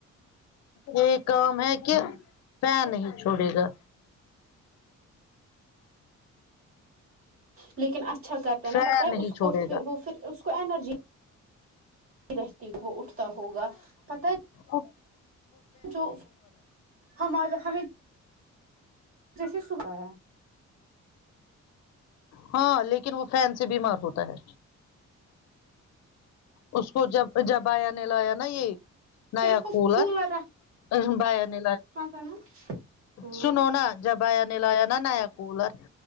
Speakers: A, on the left; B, on the right.
A: یہ کام ہے کہ فین نہیں چھوڑے گا
B: لیکن اچھا کرتا ہے
A: فین
B: نا پتہ ہے
A: نہیں
B: اس
A: چھوڑے
B: کو
A: گا
B: وہ پھر اس کو انرجی رہتی وہ اٹھتا ہوگا پتا ہے
A: اپ
B: جو ہمارے ہمیں جیسے صبح ہے
A: ہاں لیکن وہ فین سے بیمار ہوتا ہے اس کو جب جب آیا نے لایا نا یہ نیا
B: پھر اس کو
A: کولر
B: رکھنا
A: اس کے بھیا نے لیا
B: <unintelligible> ہاں
A: سنو نا جب بھیا نے لایا نا نیا کولر